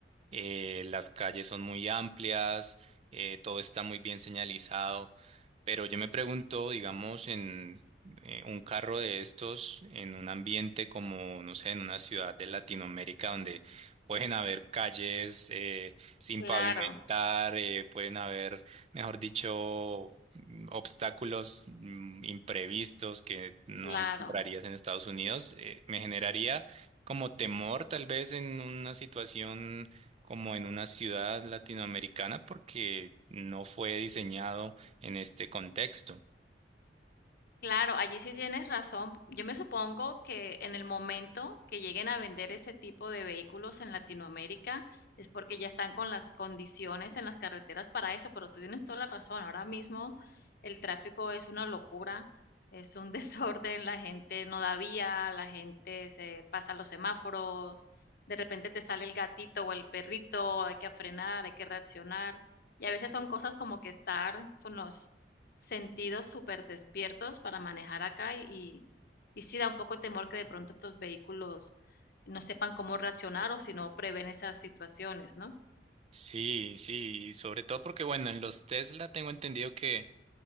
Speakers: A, on the right; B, on the left.
A: eh, las calles son muy amplias, eh, todo está muy bien señalizado, pero yo me pregunto, digamos, en eh, un carro de estos, en un ambiente como, no sé, en una ciudad de Latinoamérica donde pueden haber calles eh, sin
B: Claro,
A: pavimentar, eh, pueden haber, mejor dicho, mm, obstáculos mm, imprevistos que no
B: claro.
A: encontrarías en Estados Unidos, eh, me generaría como temor tal vez en una situación como en una ciudad latinoamericana porque no fue diseñado en este contexto.
B: Claro, allí sí tienes razón. Yo me supongo que en el momento que lleguen a vender ese tipo de vehículos en Latinoamérica es porque ya están con las condiciones en las carreteras para eso, pero tú tienes toda la razón. Ahora mismo el tráfico es una locura, es un <laughs> desorden, la gente no da vía, la gente se pasa los semáforos, de repente te sale el gatito o el perrito, hay que frenar, hay que reaccionar. Y a veces son cosas como que estar con los sentidos súper despiertos para manejar acá y, y sí da un poco temor que de pronto estos vehículos no sepan cómo reaccionar o si no prevén esas situaciones, ¿no?
A: Sí, sí, sobre todo porque, bueno, en los Tesla tengo entendido que,